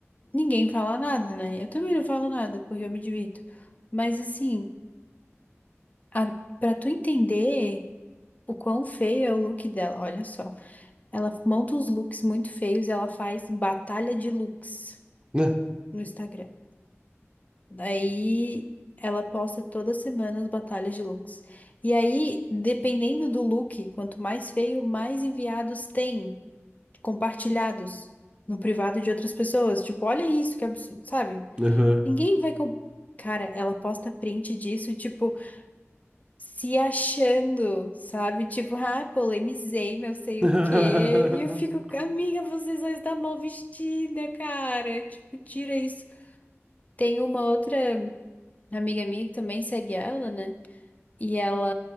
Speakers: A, on the left (about 30°); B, on the right (about 15°).
A: ninguém fala nada, né? Eu também não falo nada, porque eu me divirto. Mas assim, a, pra tu entender o quão feio é o look dela, olha só. Ela monta uns looks muito feios e ela faz batalha de looks
B: Né?
A: no Instagram. Aí ela posta toda semana as batalhas de looks. E aí, dependendo do look, quanto mais feio, mais enviados tem compartilhados no privado de outras pessoas. Tipo, olha isso, que absurdo, sabe?
B: Aham.
A: Ninguém vai com. Cara, ela posta print disso, tipo, se achando, sabe? Tipo, ah, polemizei, não sei
B: <laughs>
A: o quê. E eu fico, amiga, vocês só estão mal vestida, cara. Tipo, tira isso. Tem uma outra amiga minha que também segue ela, né? E ela,